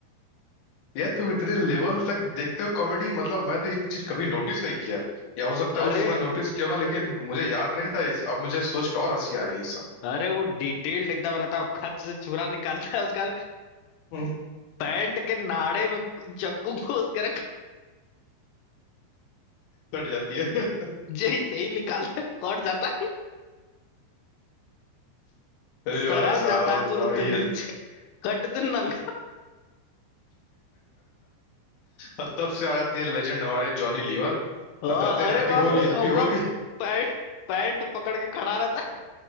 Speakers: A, on the left (about 60°); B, on the left (about 80°).
A: यार तुम इतने लेवल तक देखते हो कॉमेडी मतलब मैं तो ये चीज कभी नोटिस नहीं किया या हो सकता है
B: अरे
A: उस समय नोटिस किया होगा लेकिन मुझे याद नहीं था इस, अब मुझे सोच के और हंसी आ रही है इस समय
B: अरे वो डिटेल्ड एकदम रहता है खत से छुरा निकालता है उसका
A: हम्म,
B: पैंट के नाड़े में चाकू को उसके रख
A: कट जाती है <laughs>
B: जैसे ही निकालता है कट जाता है
A: अरे
B: सरक
A: भाई साहब
B: जाता है तुरंत
A: बड़ी है।
B: नीचे कट दे नंगा
A: और तब से आ जाती है लेजेंड हमारे जॉनी लीवर
B: हाँ,
A: और कहते हैं
B: अरे
A: हैप्पी
B: बाप
A: होली
B: रे वो
A: हैप्पी
B: अपना
A: होली
B: पैंट पैंट पकड़ के खड़ा रहता है